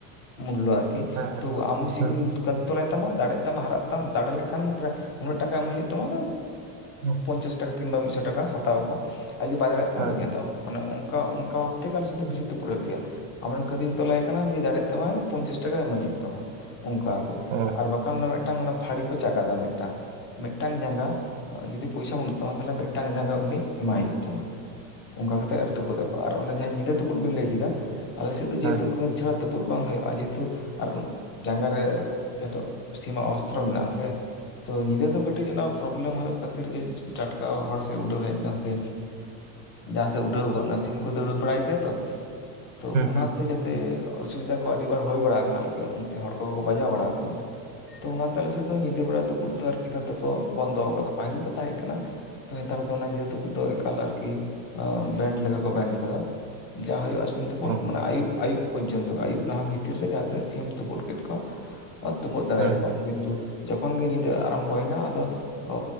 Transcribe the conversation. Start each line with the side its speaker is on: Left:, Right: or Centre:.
Left: ᱢᱩᱞᱞᱚ ᱟᱨᱠᱤ
Right: ᱦᱮᱸ
Left: ᱛᱳ ᱟᱢ ᱥᱤᱢ,
Right: ᱦᱩᱸ
Left: ᱠᱟᱹᱛᱤᱧ ᱛᱚᱞᱟᱭ ᱛᱟᱢᱟ ᱫᱟᱲᱮᱜ ᱛᱟᱢᱟ ᱦᱟᱨᱟᱜ ᱛᱟᱢ ᱫᱟᱲᱮ ᱞᱮᱱ ᱠᱷᱟᱱ ᱯᱨᱟᱭ ᱱᱩᱱᱟᱹᱜ ᱴᱟᱠᱟ ᱮᱢ ᱦᱩᱭᱩᱜ ᱛᱟᱢᱟ
Right: ᱦᱩᱸ
Left: ᱯᱚᱧᱪᱟᱥ ᱴᱟᱠᱟ ᱠᱤᱢᱵᱟ ᱢᱤᱫᱥᱚ ᱴᱟᱠᱟ ᱦᱟᱛᱟᱣᱟ ᱟᱠᱚ ᱟᱨ ᱠᱩᱫᱤ ᱵᱟᱭ ᱫᱟᱲᱮᱭᱟᱜ ᱛᱟᱢᱟ
Right: ᱦᱮᱸ ᱦᱮᱸ ᱦᱩᱸ ᱦᱩᱸ
Left: ᱵᱟᱹᱧ ᱦᱟᱛᱟᱣᱟ ᱢᱟᱱᱮ ᱚᱝᱠᱟ ᱚᱝᱠᱟ ᱵᱷᱟᱵᱽ ᱛᱮᱜᱮ ᱟᱞᱮ ᱥᱮᱫ ᱫᱚ
Right: ᱦᱮᱸ
Left: ᱵᱤᱥᱤ ᱛᱳ ᱜᱮᱭᱟ ᱟᱢᱨᱮᱱ ᱠᱟᱹᱛᱤᱧ ᱛᱚᱞᱟᱭ ᱠᱟᱱᱟ ᱡᱩᱫᱤ ᱫᱟᱲᱮᱭᱟᱜ ᱛᱟᱢᱟᱭ ᱯᱚᱧᱪᱟᱥ ᱴᱟᱠᱟ ᱮᱢᱟᱹᱧ ᱦᱩᱭᱩᱜ ᱛᱟᱢᱟ ᱾ ᱚᱱᱠᱟ ᱜᱮ
Right: ᱦᱩᱸ ᱦᱩᱸ
Left: ᱟᱨ ᱵᱟᱠᱷᱟᱱ ᱢᱤᱫᱴᱟᱝ ᱚᱱᱟ ᱯᱟᱹᱲᱤ ᱠᱚ ᱪᱟᱸᱜᱫᱟ ᱢᱤᱫᱴᱟᱝ ᱢᱤᱫᱴᱟᱝ ᱡᱟᱸᱜᱟ, ᱡᱩᱫᱤ ᱯᱚᱭᱥᱟ ᱵᱟᱹᱱᱩᱜ ᱛᱟᱢᱟ ᱛᱟᱦᱞᱮ ᱢᱤᱫᱴᱟᱱ ᱡᱟᱸᱜᱟ ᱩᱱᱤ ᱮᱢᱟᱭ ᱦᱳᱭᱳᱜ ᱛᱟᱢᱟ ᱾ ᱚᱝᱠᱟ ᱠᱟᱛᱮᱜ ᱟᱨ ᱛᱩᱯᱩᱫ ᱟᱠᱚ ᱟᱨ ᱡᱟᱦᱟᱸ ᱧᱤᱫᱟᱹ ᱛᱩᱯᱩᱫ ᱵᱤᱱ ᱞᱟᱹᱭ ᱠᱮᱫᱟ ᱟᱞᱮ ᱥᱮᱫ ᱫᱚ ᱡᱮᱦᱮᱛᱩ
Right: ᱦᱩᱸ
Left: ᱠᱟᱹᱛ ᱪᱷᱟᱲᱟ ᱛᱩᱯᱩᱩᱜ ᱵᱟᱝ ᱦᱩᱭᱩᱜᱼᱟ ᱡᱮᱦᱮᱛᱩ ᱟᱨ ᱡᱟᱸᱜᱟ ᱨᱮ ᱡᱷᱚᱛᱚ ᱥᱤᱢᱟᱜ ᱚᱥᱛᱨᱚ ᱢᱮᱱᱟᱜ ᱟᱥᱮ, ᱛᱚ ᱧᱤᱫᱟᱹ ᱫᱚ ᱠᱟᱹᱴᱤᱡ ᱚᱱᱟ ᱯᱨᱚᱵᱽᱞᱮᱢ ᱦᱳᱭᱳᱜ ᱠᱷᱟᱹᱛᱤᱨ ᱡᱮ ᱴᱟᱴᱠᱟ ᱦᱚᱲ ᱩᱰᱟᱹ ᱦᱮᱡ ᱱᱟᱥᱮ, ᱡᱟᱦᱟᱸ ᱥᱮᱫ ᱩᱰᱟᱹᱣ ᱜᱚᱫ ᱱᱟ ᱥᱤᱢ ᱠᱚ ᱫᱟᱹᱲ ᱵᱟᱲᱟᱭ ᱜᱮᱭᱟ ᱛᱚ ᱛᱚ ᱚᱱᱟᱛᱮ
Right: ᱦᱩᱸ ᱦᱩᱸ
Left: ᱡᱟᱛᱮ ᱛᱮ ᱚᱥᱩᱵᱤᱫᱷᱟ ᱠᱚ ᱟᱹᱰᱤ ᱵᱟᱨ ᱦᱳᱭ ᱵᱟᱲᱟ ᱟᱠᱟᱱᱟ ᱟᱨᱠᱤ ᱚᱱᱛᱮ ᱦᱚᱲ ᱠᱚ ᱦᱚᱸ ᱠᱚ ᱵᱟᱡᱟᱣ ᱵᱟᱲᱟ ᱟᱠᱟᱱᱟ ᱾ ᱛᱚ ᱚᱱᱟ ᱛᱮ ᱟᱞᱮ ᱥᱮᱫ ᱫᱚ ᱧᱤᱫᱟᱹ ᱵᱮᱲᱟ ᱛᱩᱯᱩᱫ ᱫᱚ ᱟᱨᱠᱤ ᱱᱮᱛᱟᱨ ᱫᱚᱠᱚ ᱵᱚᱱᱫᱚ ᱠᱟᱫᱟ ᱯᱟᱹᱦᱤᱞ ᱫᱚ ᱛᱟᱦᱮᱸ ᱠᱟᱱᱟ, ᱚ ᱱᱮᱛᱟᱨ ᱫᱚ ᱚᱱᱟ ᱧᱤᱫᱟᱹ ᱛᱩᱯᱩ ᱫᱚ ᱮᱠᱟᱞ ᱟᱨᱠᱤ ᱵᱮᱱᱰ ᱞᱮᱠᱟ ᱠᱚ ᱵᱮᱱᱰ ᱟᱠᱟᱫᱟ ᱡᱟ ᱦᱳᱭᱳᱜᱼᱟ ᱾ ᱥᱤᱢ ᱛᱩᱯᱩᱫ
Right: ᱚ
Left: ᱢᱟᱱᱮ ᱟᱭᱩᱵ ᱟᱭᱩᱵ ᱯᱚᱨᱡᱳᱱᱛᱚ ᱟᱭᱩᱵ ᱞᱟᱦᱟ ᱵᱷᱤᱛᱤᱨᱮ ᱡᱟᱦᱟᱸ ᱛᱱᱟᱹᱜ ᱛᱩᱯᱩᱫ ᱠᱮᱫ ᱠᱚᱣᱟ ᱛᱩᱯᱩᱫ ᱫᱟᱲᱮᱭᱟ
Right: ᱦᱮᱸ
Left: ᱟᱠᱚᱣᱟᱢ ᱠᱤᱱᱛᱩ ᱡᱚᱠᱷᱚᱱ ᱜᱮ ᱧᱤᱫᱟᱹ ᱟᱨᱟᱢᱵᱚᱭᱮᱱᱟ ᱟᱫᱚ ᱚ